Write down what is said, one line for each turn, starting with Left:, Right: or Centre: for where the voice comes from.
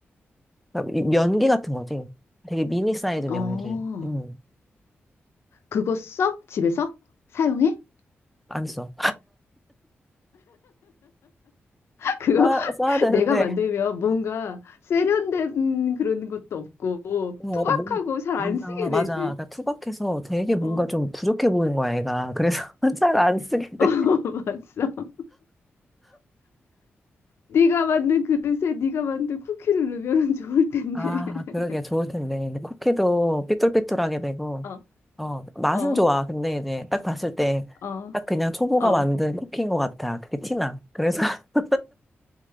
Centre: 그러니까 이 면기 같은 거지. 되게 미니 사이즈 면기.
Left: 어.
Centre: 음,
Left: 그거 써? 집에서? 사용해?
Centre: 안 써.
Left: <laughs> 그거
Centre: 써야, 써야 되는데,
Left: 내가 만들면 뭔가 세련된 그런 것도 없고
Centre: 어,
Left: 투박하고
Centre: 뭔-
Left: 잘
Centre: 맞아,
Left: 안 쓰게
Centre: 맞아.
Left: 되지.
Centre: 그러니까 투박해서 되게 뭔가
Left: 어.
Centre: 좀 부족해 보이는 거야, 애가. 그래서 <laughs> 잘 안 쓰게 돼.
Left: <laughs> 맞어. 네가 만든 그릇에 네가 만든 쿠키를 넣으면 좋을 텐데.
Centre: 아,
Left: <laughs>
Centre: 그러게 좋을 텐데. 근데 쿠키도 삐뚤삐뚤하게 되고,
Left: 어,
Centre: 어, 맛은
Left: 어,
Centre: 좋아. 근데 이제 딱 봤을 때,
Left: 어,
Centre: 딱 그냥 초보가
Left: 어,
Centre: 만든 쿠키인 것 같아. 그게 티나. 그래서, <laughs>